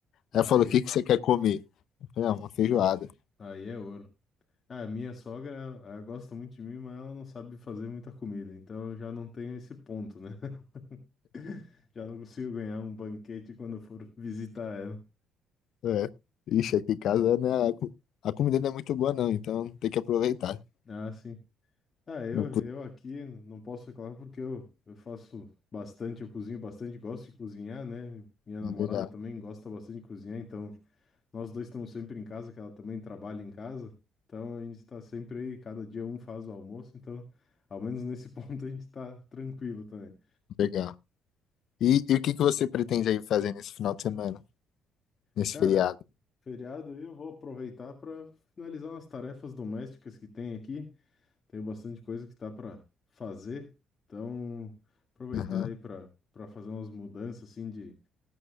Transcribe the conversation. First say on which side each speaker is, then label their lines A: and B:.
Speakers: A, on the left; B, on the left.
A: Aí,
B: ela falou: o que que você quer comer? Eu falei, ah, uma feijoada.
A: aí é ouro. Ah, minha sogra, ela gosta muito de mim, mas ela não sabe fazer muita comida, então eu já não tenho esse ponto, né? <laughs> Já não consigo ganhar um banquete quando eu for visitar ela.
B: É. Ixi, aqui em casa né, a, co- a comida não é muito boa, não, então tem que aproveitar.
A: Ah, sim. Ah, eu,
B: Não, cu-
A: eu aqui não posso reclamar porque eu, eu faço bastante, eu cozinho bastante, gosto de cozinhar, né? Minha namorada
B: legal,
A: também gosta bastante de cozinhar, então nós dois estamos sempre em casa, que ela também trabalha em casa. Então a gente está sempre aí, cada dia um faz o almoço, então ao menos nesse <laughs> ponto a gente tá tranquilo também.
B: legal. E, e o que que você pretende aí fazer nesse final de semana, nesse
A: Cara,
B: feriado?
A: feriado aí eu vou aproveitar para finalizar umas tarefas domésticas que tem aqui. Tenho bastante coisa que tá para fazer, então aproveitar
B: Aham.
A: aí para para fazer umas mudanças assim de